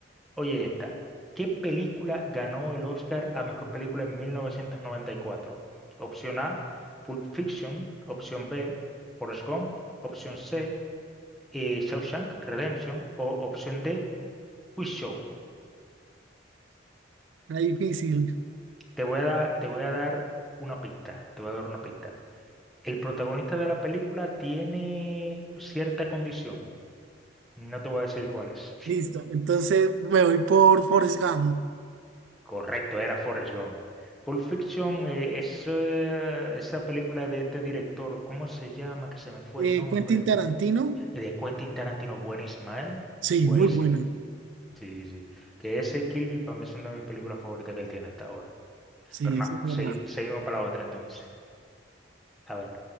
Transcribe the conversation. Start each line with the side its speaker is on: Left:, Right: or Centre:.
Centre: Oye, esta, ¿qué película ganó el Oscar a mejor película en 1994? Opción A, Pulp Fiction, opción B, Forrest Gump, opción C. eh, Shawshank Redemption o opción D, Quiz Show.
Right: Está difícil.
Centre: Te voy a dar, te voy a dar una pista, te voy a dar una pista. El protagonista de la película tiene cierta condición. No te voy a decir cuál es.
Right: Listo, entonces me voy por Forrest Gump.
Centre: Correcto, era Forrest Gump. Pulp Fiction eh, es eh, esa película de este director, ¿cómo se llama? Que se me fue
Right: Eh,
Centre: el nombre.
Right: Quentin Tarantino.
Centre: De Quentin Tarantino, buenísima, ¿eh?
Right: Sí,
Centre: Buenísimo.
Right: muy buena.
Centre: Sí, sí. Que ese y Kill Bill para mí es una de mis películas favoritas que él tiene hasta ahora.
Right: Sí,
Centre: Pero
Right: eso
Centre: no,
Right: es verdad.
Centre: segui- seguimos para la otra entonces. A ver,